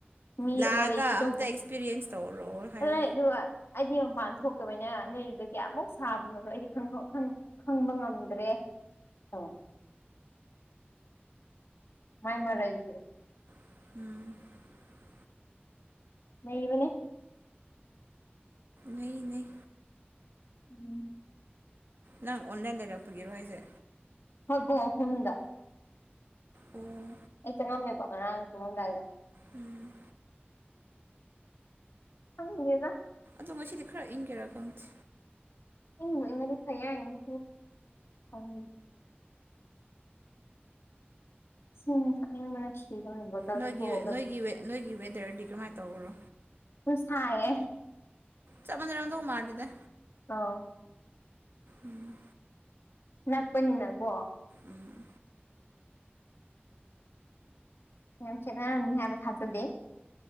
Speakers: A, on the left; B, on the right.
A: ꯃꯤ
B: ꯂꯥꯛꯑꯒ
A: ꯃꯔꯩ ꯈꯨꯇꯧꯗꯣ
B: ꯑꯝꯇ ꯑꯦꯛꯁꯄꯤꯔꯤꯌꯦꯟꯁ ꯇꯧꯔꯣ ꯍꯥꯏꯌꯣ
A: ꯑꯗꯨꯅ ꯑꯗꯨꯒ ꯑꯩꯗꯤ ꯃꯄꯥꯟ ꯊꯣꯛꯇꯕꯩꯅ ꯅꯣꯏꯗ ꯀꯌꯥꯃꯨꯛ ꯁꯥꯕꯅꯣꯗꯣ ꯑꯩꯗꯤ ꯈꯪꯕ ꯉꯝꯗ꯭ꯔꯦ ꯍ <inaudible> ꯃꯥꯏ ꯃꯔꯩꯁꯦ
B: <inaudible>
A: ꯅꯩꯕꯅꯤ
B: ꯅꯩ ꯅꯩ
A: ꯎꯝ
B: ꯅꯪ ꯑꯣꯟꯂꯥꯏꯟ ꯂꯩꯔꯛꯄꯒꯤꯔꯣ ꯍꯥꯏꯁꯦ
A: ꯍꯣꯏꯒꯣ ꯑꯍꯨꯝꯗ
B: ꯑꯣ
A: ꯑꯩ ꯆꯪꯉꯝꯃꯦꯕ ꯉꯔꯥꯡ ꯇꯨꯃꯝꯗꯥꯏꯗ
B: ꯎꯝ
A: ꯈꯪꯗꯦꯗ
B: ꯑꯗꯣ ꯉꯁꯤꯗꯤ ꯈꯔ ꯏꯪꯒꯦꯔꯥ ꯈꯪꯗꯦ
A: ꯏꯪꯕꯨ ꯏꯪꯉꯗꯤ ꯐꯩ ꯍꯥꯏꯅꯤ <unintelligible> ꯏꯁꯤꯡ ꯊꯛꯅꯤꯡꯕꯅ ꯁꯤꯗꯧꯔꯦ ꯕꯣꯇꯜꯁꯨ
B: ꯅꯣꯏꯒꯤ
A: ꯄꯨꯍꯧꯗꯕ
B: ꯅꯣꯏꯒꯤ ꯅꯣꯏꯒꯤ ꯋꯦꯗꯔꯗꯤ ꯀꯃꯥꯏ ꯇꯧꯔꯣ
A: ꯑꯗꯨꯝ ꯁꯥꯏꯌꯦ
B: ꯆꯞ ꯃꯥꯅꯔꯝꯗꯧ ꯃꯥꯟꯂꯤꯗ
A: ꯑꯧ
B: ꯎꯝ
A: ꯅꯛꯄꯅꯤꯅ ꯀꯣ
B: ꯎꯝ
A: ꯌꯥꯝ ꯁꯦꯠꯅꯔꯝꯅꯤ ꯍꯥꯏꯕ ꯊꯥꯖꯗꯦ